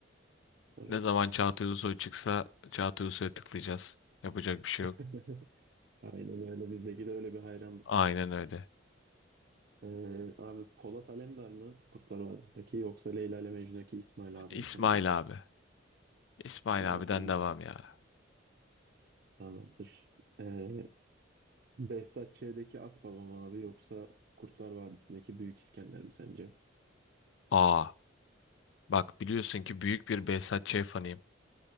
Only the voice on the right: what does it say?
Tabii.
<laughs>
Aynen öyle. Bizdeki de öyle bir hayranlık.
Ee, abi Polat Alemdar mı Kurtlar Vadisi'ndeki yoksa Leyla ile Mecnun'daki İsmail abi
mi sence?
İsmail
abi gibi.
Tamamdır. Ee, Behzat Ç'deki Akbaba mı abi yoksa Kurtlar Vadisi'ndeki Büyük İskender mi sence?